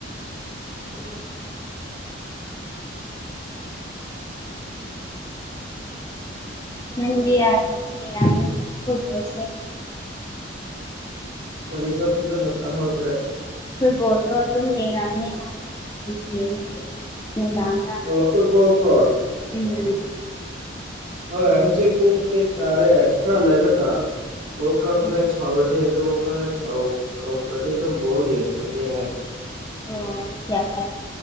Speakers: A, on the left; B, on the right.
A: ꯎꯝ ꯅꯪꯗꯤ ꯑꯗꯨꯝ ꯌꯦꯡꯉꯝꯅꯤꯅ ꯐꯨꯠꯕꯣꯜꯁꯦ
B: ꯀꯔꯤꯕꯥ ꯐꯖꯟꯅ ꯇꯥꯍꯧꯗ꯭ꯔꯦ
A: ꯐꯨꯠꯕꯣꯜꯗꯣ ꯑꯗꯨꯝ ꯌꯦꯡꯉꯝꯅꯤ ꯍꯥꯏꯅ <unintelligible> ꯅꯨꯡꯗꯥꯡ
B: ꯑꯣ ꯐꯨꯠꯕꯣꯜ ꯀꯣ
A: ꯎꯝ
B: ꯍꯣꯏ ꯍꯧꯖꯤꯛ ꯄꯨꯡ ꯑꯩꯠ ꯇꯥꯔꯦ ꯈꯔ ꯂꯩꯔꯒ ꯋꯥꯔꯜ ꯀꯞ
A: ꯎꯝ
B: ꯃꯦꯠꯆ ꯍꯧꯔꯅꯤ ꯑꯗꯨꯕꯨ ꯀꯞ ꯃꯦꯠꯁ ꯍꯧ ꯍꯧꯈ꯭ꯔꯗꯤ ꯑꯗꯨꯝ ꯕꯣꯜ ꯌꯦꯡꯈ꯭ꯔꯅꯤ ꯑꯩ
A: ꯑꯣ ꯌꯥꯝ ꯐꯥꯌꯦ